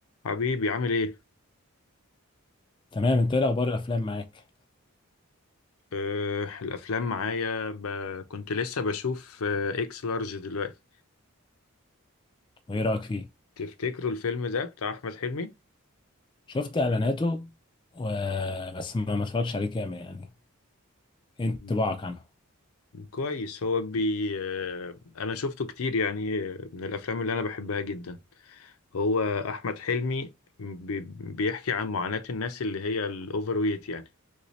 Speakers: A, on the left; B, on the left.
A: حبيبي عامل ايه؟
B: تمام انت ايه اخبار الافلام معاك
A: أه الافلام معايا ب... كنت لسه بشوف آه، اكس لارج دلوقتي
B: وايه رايك فيه
A: تفتكروا الفيلم ده بتاع احمد حلمي؟
B: شفت اعلاناته و... بس ما ما اتفرجش عليه كامل يعني ايه
A: مم،
B: انطباعك عنه
A: كويس هو بي أه انا شفته كتير يعني آه، من الافلام اللي انا بحبها جدا هو احمد حلمي بي... بيحكي عن معاناة الناس اللي هي الاوفر ويت يعني